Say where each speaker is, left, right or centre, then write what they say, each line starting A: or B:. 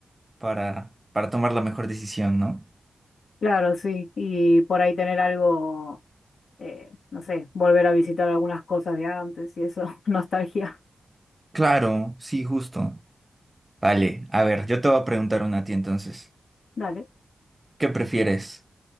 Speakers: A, on the right; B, on the left.
A: para, para tomar la mejor decisión, ¿no?
B: Claro, sí, y por ahí tener algo, eh, no sé, volver a visitar algunas cosas de antes y eso, <laughs> nostalgia.
A: Claro, sí, justo. Vale, a ver, yo te voy a preguntar una a ti entonces.
B: Dale.
A: ¿Qué prefieres?